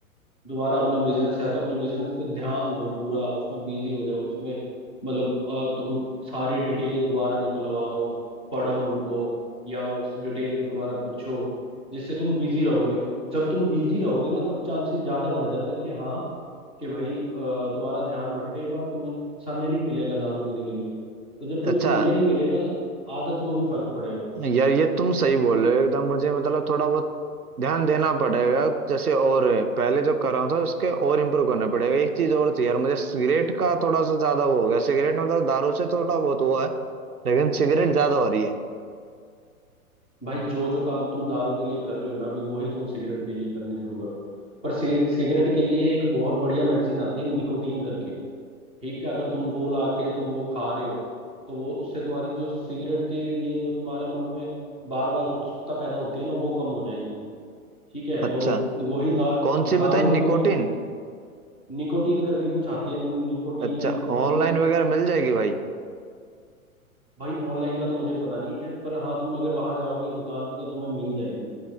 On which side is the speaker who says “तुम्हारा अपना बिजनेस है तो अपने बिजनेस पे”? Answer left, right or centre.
Centre